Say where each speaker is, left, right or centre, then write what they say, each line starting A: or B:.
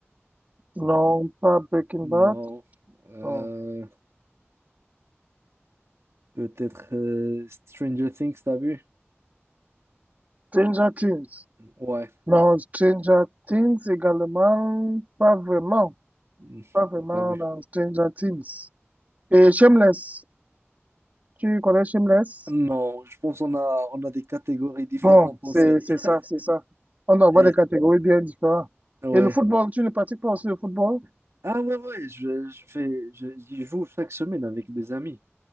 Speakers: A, on the right; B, on the right.
A: Non, pas Breaking Bad.
B: Non. Euh,
A: Non.
B: Peut-être euh, Stranger Things, t'as vu?
A: Stranger Things.
B: Ouais,
A: Non, Stranger Things également, pas vraiment.
B: Hmm,
A: Pas vraiment
B: t'as pas vu.
A: dans Stranger Things. Et Shameless. Tu connais Shameless?
B: Non, je pense qu'on a, on a des catégories différentes
A: Bon,
B: en
A: c'est
B: série.
A: c'est
B: <laughs>
A: ça, c'est ça. On doit avoir
B: Et,
A: des catégories bien différentes.
B: ouais.
A: Et le football, tu ne pratiques pas aussi le football?
B: Ah ouais, ouais, je, je fais, je, j'y joue chaque semaine avec des amis.